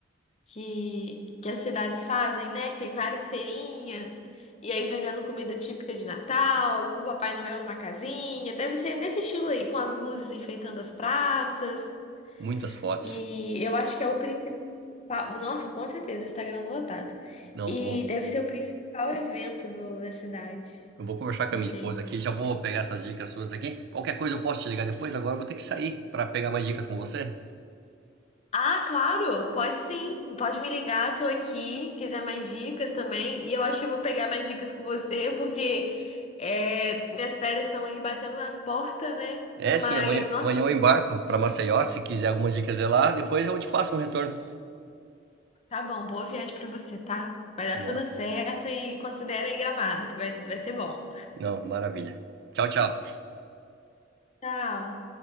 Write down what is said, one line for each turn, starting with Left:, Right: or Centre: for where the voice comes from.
Left: que, que as cidades fazem, né? Que tem várias feirinhas, e aí vendendo comida típica de Natal, com o Papai Noel numa casinha. Deve ser nesse estilo aí, com as luzes enfeitando as praças.
Right: Muitas fotos.
Left: E eu acho que é o principal. Nossa, com certeza, Instagram lotado.
Right: Não
Left: E
Right: vou.
Left: deve ser o principal evento do, da cidade.
Right: Eu vou conversar com
Left: Esse
Right: a minha esposa
Left: aí.
Right: aqui, já vou pegar essas dicas suas aqui. Qualquer coisa eu posso te ligar depois, agora eu vou ter que sair para pegar mais dicas com você.
Left: Ah, claro, pode sim. Pode me ligar, tô aqui. Quiser mais dicas também. E eu acho que eu vou pegar mais dicas com você, porque é, minhas férias estão aí batendo nas portas, né?
Right: É,
Left: Mas,
Right: sim, amanhã,
Left: nossa,
Right: amanhã eu embarco para Maceió, se quiser algumas dicas de lá, depois eu te passo um retorno.
Left: tá bom. Boa viagem pra você, tá? Vai dar
Right: Boa.
Left: tudo certo e considera aí Gramado, que vai, vai ser bom.
Right: Não, maravilha. Tchau, tchau.
Left: Tchau.